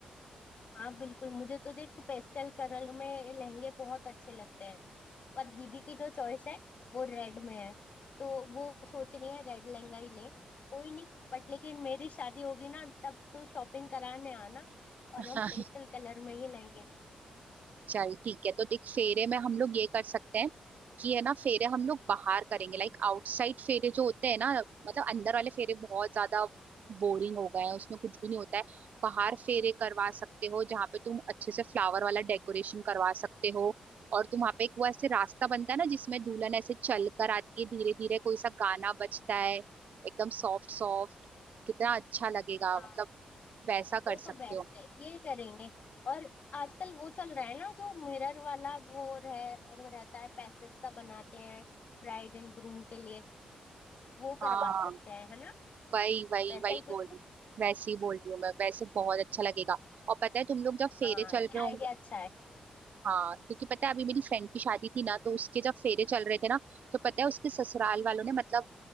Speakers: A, on the left (about 55°); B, on the right (about 60°).
A: हाँ बिल्कुल मुझे तो देख पेस्टल कलर में लहंगे बहुत अच्छे लगते हैं पर दीदी की जो चॉइस है वो रेड में है तो वो सोच रही है रेड लहंगा ही ले कोई नहीं बट लेकिन मेरी शादी होगी ना तब तो शॉपिंग कराने आना और
B: <laughs>
A: हम पेस्टल कलर में ही लहंगे लेंगे
B: चल ठीक है तो देख फेरे में हम लोग ये कर सकते हैं कि है ना फेरे हम लोग बाहर करेंगे लाइक आउटसाइड फेरे जो होते हैं ना मतलब अंदर वाले फेरे बहुत ज्यादा बोरिंग हो गए हैं उसमें कुछ भी नहीं होता है बाहर फेरे करवा सकते हो जहाँ पे तुम अच्छे से फ्लावर वाला डेकोरेशन करवा सकते हो और तुम वहाँ पे एक वो ऐसे रास्ता बनता है ना जिसमें दुल्हन ऐसे चल कर आती है धीरे धीरे कोई सा गाना बजता है एकदम सॉफ्ट सॉफ्ट कितना अच्छा लगेगा
A: हाँ
B: मतलब वैसा
A: वो
B: कर
A: तो
B: सकते
A: बेस्ट
B: हो
A: है ये करेंगे और आजकल वो चल रहा है ना जो मिरर वाला वो रह, रहता है पैसेज सा बनाते हैं ब्राइड एंड ग्रूम के लिए वो करवा
B: हाँ
A: सकते हैं है ना
B: वही वही
A: वैसा
B: वही
A: ही
B: बोल
A: कुछ
B: रही वैसे ही बोल रही हूँ मैं वैसे बहुत अच्छा लगेगा और पता है तुम लोग जब फेरे
A: हाँ
B: चल
A: ये
B: रहे होंगे
A: आइडिया अच्छा है
B: हाँ क्योंकि पता है अभी मेरी फ्रेंड की शादी थी ना तो उसके जब फेरे चल रहे थे ना तो पता है उसके ससुराल वालों ने मतलब